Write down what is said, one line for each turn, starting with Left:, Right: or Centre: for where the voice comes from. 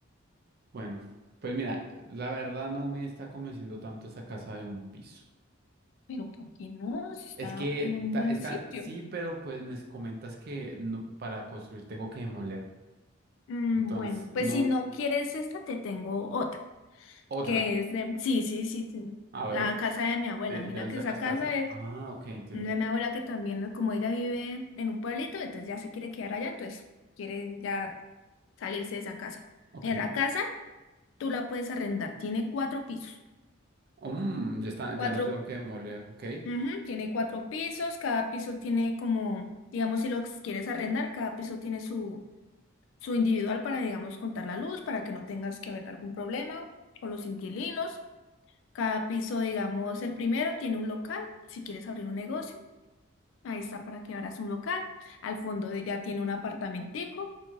Right: Bueno, pues mira, la verdad no me está convenciendo tanto esa casa de un piso.
Left: Pero ¿por qué no? Si está
Right: Es que
Left: en
Right: está,
Left: un buen
Right: está-
Left: sitio.
Right: sí, pero pues me comentas que no- para construir tengo que demoler.
Left: Mm,
Right: Entonces,
Left: bueno, pues
Right: no,
Left: si no quieres esta, te tengo otra.
Right: otra.
Left: que es de, sí, sí, sí, sí,
Right: A ver,
Left: la casa de mi abuela.
Right: ¿de,
Left: Mira
Right: de dónde
Left: que
Right: sacas
Left: esa casa
Right: casas?
Left: es
Right: Ah, ok, entiendo.
Left: de mi abuela que también, como ella vive en un pueblito, entonces ya se quiere quedar allá, entonces quiere ya salirse de esa casa.
Right: Ok.
Left: Mira, la casa tú la puedes arrendar, tiene cuatro pisos,
Right: Mm, ya está,
Left: cuatro,
Right: ya no tengo que demoler, ok.
Left: ujú, tiene cuatro pisos, cada piso tiene como, digamos, si lo quieres arrendar, cada piso tiene su, su individual para, digamos, contar la luz, para que no tengas que haber algún problema con los inquilinos. Cada piso, digamos, el primero tiene un local, si quieres abrir un negocio, ahí está para que abras un local. Al fondo de- ya tiene un apartamentico